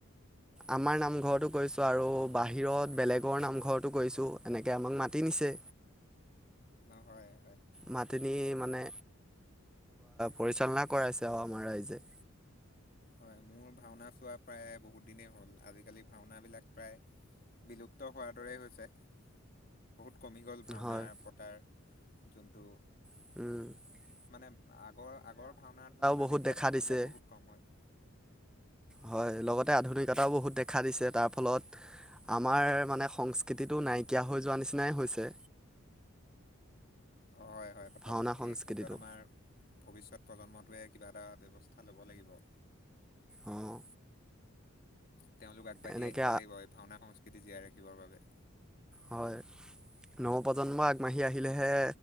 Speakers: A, in the centre; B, on the left (about 40°).
A: আমাৰ নামঘৰটো
B: অ-
A: কৰিছোঁ আৰু বাহিৰত বেলেগৰ নামঘৰটো কৰিছোঁ এনেকে আমাক মাতি নিছে
B: ন হয়! হয়!
A: মাতি নি মানে পৰিচালনা কৰাইছে অ আমাৰ ৰাইজে
B: হয়' মোৰ ভাওঁনা চোৱা প্ৰায় বহুত দিনেই হ'ল। আজিকালি ভাওঁনাবিলাক প্ৰায় বিলুপ্ত হোৱাৰ দৰেই হৈছে বহুত কমি গ'ল ভাওঁনা
A: হয়
B: পতাৰ যোনটো
A: উঃ
B: মানে আগৰ আগৰ ভাওঁনাৰ তুলনাত
A: বহুত
B: এতিয়া
A: দেখা
B: ভাওঁনা
A: দিছে
B: বিলাক বহুত কম হয়।
A: হয় 'লগতে আধুনিকতাও বহুত দেখা দিছে তাৰ ফলত আমাৰ মানে সংস্কৃতিটো নাইকিয়া হৈ যোৱা নিচিনাই হৈছে।
B: অ হয় হয় কথাটো
A: ভাওনা সংস্কৃতিটো
B: এই ক্ষেত্ৰত আমাৰ ভৱিষ্যত প্ৰজন্মটোৱে কিবা এটা ব্যৱস্থা লব লাগিব।
A: অ অ
B: তেওঁলোক আগবাঢ়ি
A: এনেকৈ
B: আহিব লাগিব এই ভাওঁনা সংস্কৃতি জীয়াই ৰাখিবৰ বাবে।
A: হয় 'নৱপ্ৰজন্ম আগবাঢ়ি আহিলেহে।